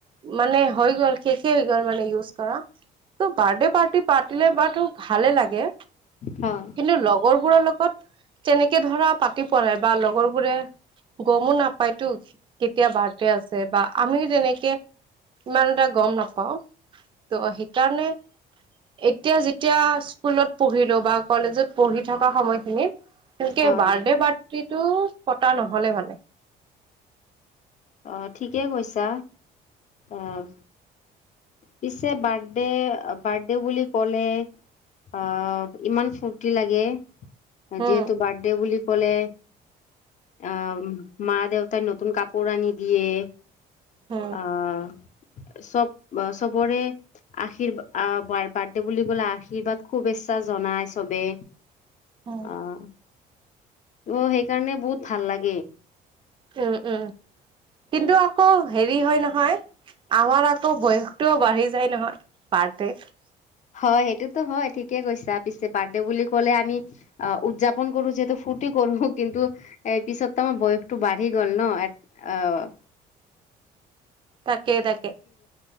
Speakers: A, on the right; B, on the left.
A: মানে হৈ গল শেষে হৈ গল মানে ইউজ কৰা। বাৰ্থডে পাৰ্টি পাতিলে বাট টো ভালে লাগে।
B: হয়
A: কিন্তু লগৰবোৰৰ লগত কত তেনে একে ধৰা পাতি পোৱা নাই বা লগৰবোৰে গমো নাপায়তো কেতিয়া বাৰ্থডে আছে বা আমিও তেনেকে ইমান এটা গম নাপাও ত' সেইকাৰণে এতিয়া যেতিয়া স্কুলত পঢ়িলো বা কলেজত পঢ়ি থকা সময়খিনিত তেনকে
B: হয়।
A: বাৰ্থডে পাৰ টো পতা নহলে মানে।
B: আহ, ঠিকে কৈছা। আহ। পিছে বাৰ্থডে বাৰ্থডে বুলি ক'লে আহ ইমান ফূৰ্তি লাগে। যিহেতু
A: উম
B: বাৰ্থডে বুলি কলে আহ মা দেউতাই নতুন কাপোৰ আনি দিয়ে।
A: উম
B: আহ। চব চবৰে আশীৰ্বাদ আহ বাৰ্থডে বুলি কলে আশীৰ্বাদ শুভেচ্ছা জনাই চবে।
A: হ'।
B: আহ ত' সেইকাৰণে বহুত ভাল লাগে।
A: উম উম কিন্তু আকৌ হেৰি হয় নহয়, আমাৰ আকৌ বয়সটোও বাঢ়ি যায় নহয়। বাৰ্থডেত।
B: হয় সেইটোতো হয় ঠিকেই কৈছা পিছে বাৰ্থডে বুলি কলে আমি অ' উদযাপন কৰো যিহেতু ফূৰ্তি কৰো কিন্তু এ পিছত তো আমাৰ বয়সটো বাঢ়ি গল ন? অ'।
A: তাকেই তাকে